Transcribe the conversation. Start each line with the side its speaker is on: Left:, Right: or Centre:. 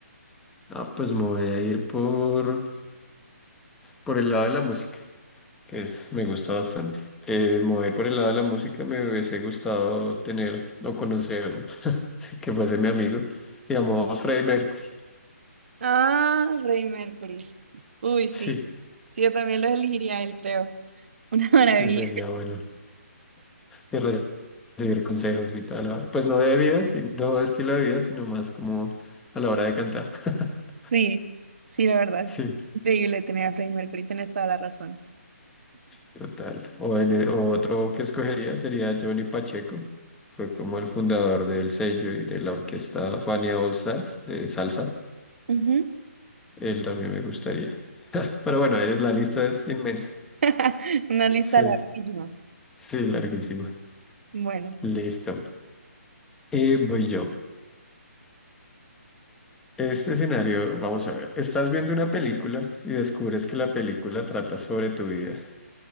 Centre: Ah, pues me voy a ir por, por el lado de la música, que es, me gusta bastante. Eh, me voy a ir por el lado de la música, me hubiese gustado tener o conocer, o <laughs> sí, que fuese mi amigo, digamos, Freddie Mercury.
Right: Ah, Freddie Mercury. Uy, sí.
Centre: Sí,
Right: Sí, yo también lo elegiría a él, creo. <laughs> Una maravilla.
Centre: sí, sería bueno. Y recibir consejos y toda la, pues no de vida, sin- no de estilo de vida, sino más como a la hora de cantar. <laughs>
Right: Sí, sí, la verdad
Centre: Sí,
Right: es increíble tener a Freddie Mercury. Tienes toda la razón.
Centre: total. O, en e- o otro que escogería sería Johnny Pacheco. Fue como el fundador del sello y de la orquesta Fania All Stars de salsa.
Right: Ujú.
Centre: Él también me gustaría. Pero bueno, es, la lista es inmensa.
Right: <laughs> Una lista
Centre: Sí,
Right: larguísima.
Centre: sí, larguísima.
Right: Bueno.
Centre: Listo. Y voy yo. Este escenario, vamos a ver. Estás viendo una película y descubres que la película trata sobre tu vida.